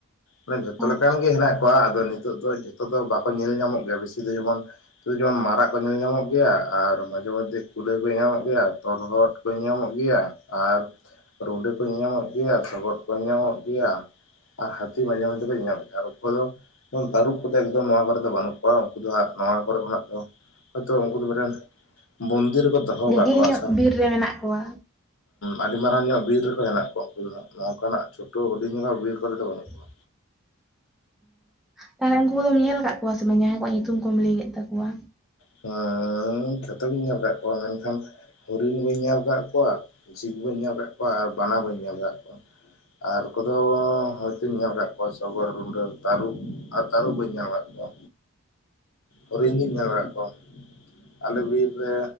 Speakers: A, on the left; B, in the centre.
A: ᱢᱟᱱᱮ ᱡᱷᱚᱛᱚ
B: ᱚ
A: ᱞᱮᱠᱟᱱ ᱜᱮ ᱦᱮᱱᱟᱜ ᱠᱚᱣᱟ ᱟᱫᱚ ᱱᱤᱛ ᱱᱤᱛᱚᱜ ᱫᱚ ᱡᱷᱚᱛᱚ ᱫᱚ ᱵᱟᱠᱚ ᱧᱮᱞ ᱧᱟᱢᱚᱜ ᱜᱮᱭᱟ ᱵᱤᱥᱤ ᱫᱚ ᱢᱟᱨᱟᱜ ᱠᱚ ᱧᱮᱞ ᱧᱟᱢᱚᱜ ᱜᱮᱭᱟ ᱟᱨ ᱢᱟᱡᱷᱮ ᱢᱟᱚᱫᱡᱷᱮ ᱠᱩᱞᱟᱹᱭ ᱠᱚ ᱧᱟᱢᱚᱜ ᱜᱮᱭᱟ ᱛᱚᱞᱦᱚᱫ ᱠᱚ ᱧᱟᱢᱚᱜ ᱜᱮᱭᱟ ᱟᱨ ᱨᱩᱰᱤ ᱠᱚ ᱧᱟᱢᱚᱜ ᱜᱮᱭᱟ ᱥᱚᱜᱚᱫ ᱠᱚ ᱧᱟᱢᱚᱜ ᱜᱮᱭᱟ᱾ ᱟᱨ ᱦᱚᱛᱤ ᱢᱟᱡᱮ ᱢᱟᱡᱮ ᱠᱚ ᱧᱟᱢ ᱟᱨ ᱫᱚ ᱡᱚᱱ ᱛᱟᱹᱨᱩᱯ ᱠᱚ ᱫᱚ ᱮᱠᱫᱚᱢ ᱱᱚᱣᱟ ᱠᱚ ᱨᱮ ᱫᱚ ᱵᱟᱹᱱᱩᱜ ᱠᱚᱣᱟ ᱩᱱᱠᱩ ᱫᱚ ᱦᱟᱸᱜ ᱱᱚᱣᱟ ᱠᱚ ᱨᱮ ᱠᱷᱚᱱᱟᱜ ᱫᱚ ᱛᱚ ᱩᱱᱠᱩ ᱫᱚ ᱢᱟᱱᱮ ᱵᱚᱱᱫᱤᱨ ᱨᱮᱠᱚ ᱫᱚᱦᱚ
B: ᱜᱟᱹᱦᱤᱨ
A: ᱠᱟᱜ ᱠᱚᱣᱟ
B: ᱧᱚᱜ
A: ᱟᱪᱟ
B: ᱵᱤᱨ ᱨᱮ ᱢᱮᱱᱟᱜ ᱠᱚᱣᱟ
A: ᱟᱹᱰᱤ ᱢᱟᱨᱟᱝ ᱧᱚᱜ ᱵᱤᱨ ᱨᱮ ᱠᱚ ᱦᱮᱱᱟᱜ ᱩᱱᱠᱩ ᱫᱚ ᱦᱟᱜ ᱱᱚᱝᱠᱟᱱᱟᱜ ᱪᱷᱳᱴᱳ ᱦᱩᱰᱤᱧᱚᱜ ᱵᱤᱨ ᱠᱚᱨᱮᱫ ᱫᱚ ᱵᱟᱹᱱᱩᱜ ᱠᱚᱣᱟ᱾
B: <inaudible> ᱛᱟᱦᱚᱞᱮ ᱩᱱᱠᱩ ᱫᱚᱢ ᱧᱮᱞ ᱟᱠᱟᱫ ᱠᱚᱣᱟ ᱥᱮ ᱵᱟᱝ ᱡᱟᱦᱟᱸ ᱠᱚᱣᱟᱜ ᱧᱩᱛᱩᱢ ᱠᱚᱢ ᱞᱟᱹᱭ ᱠᱮᱫ ᱛᱟᱠᱩᱣᱟ᱾
A: ᱦᱮᱸ ᱡᱷᱚᱛᱚ ᱜᱤᱧ ᱧᱮᱞ ᱠᱟᱜ ᱠᱚᱣᱟ ᱢᱮᱱᱠᱷᱟᱱ ᱦᱚᱨᱤᱱ ᱵᱟᱹᱧ ᱧᱮᱞ ᱟᱠᱟᱫ ᱠᱚᱣᱟ ᱡᱷᱤᱠ ᱵᱟᱹᱧ ᱧᱮᱞ ᱟᱠᱟᱫ ᱠᱚᱣᱟ ᱟᱨ ᱵᱟᱱᱟ ᱵᱟᱹᱧ ᱧᱮᱞ ᱟᱠᱟᱫ ᱠᱚᱣᱟ᱾ ᱟᱨ ᱠᱚᱫᱚ ᱦᱚᱭᱛᱚᱧ ᱧᱮᱞ ᱟᱠᱟᱫ ᱠᱚᱣᱟ ᱥᱚᱜᱚᱨ ᱨᱩᱸᱰᱟᱹ ᱛᱟᱹᱨᱩᱵ ᱟᱨ ᱛᱟᱹᱨᱩᱵ ᱵᱟᱹᱧ ᱧᱮ ᱟᱠᱟᱫ ᱠᱚᱣᱟ᱾
B: <inaudible>
A: ᱦᱩᱨᱤᱱ ᱧᱮᱞ ᱠᱟᱫ ᱠᱚᱣᱟ ᱟᱞᱮ ᱵᱤᱨ ᱨᱮ